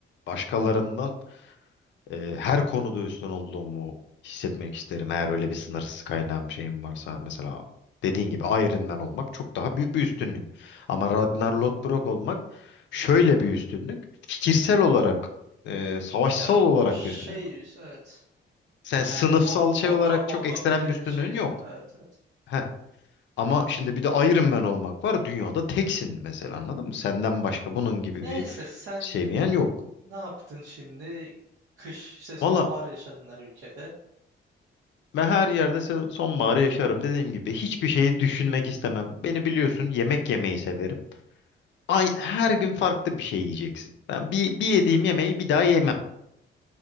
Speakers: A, on the left; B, on the right.
A: başkalarından Ee, her konuda üstün olduğumu hissetmek isterim. Eğer öyle bir sınırsız kaynağım şeyim varsa mesela dediğin gibi Iron Man olmak çok daha büyük bir üstünlük. Ama Ragnar Lothbrok olmak şöyle bir üstünlük. Fikirsel olarak, e, savaşsal
B: Ya o
A: olarak
B: şey
A: bir üstünlük.
B: evet.
A: Sen sınıfsal
B: Yani o
A: şey
B: o
A: olarak
B: ka- o
A: çok
B: kabilenin
A: ekstrem bir üstünlüğün
B: şeysin.
A: yok.
B: Evet evet.
A: Heh. Ama şimdi bir de Iron Man olmak var. Dünyada teksin mesela anladın mı? Senden başka bunun gibi
B: Neyse
A: bir
B: sen
A: sevmeyen yok.
B: Ne yaptın şimdi? Kış, işte sonbahar
A: Valla
B: yaşadın her ülkede.
A: Ben her yerde se- sonbaharı yaşarım. Dediğim gibi hiçbir şeyi düşünmek istemem. Beni biliyorsun yemek yemeyi severim. Ay, her gün farklı bir şey yiyeceksin. Ben bir, bir yediğim yemeği bir daha yemem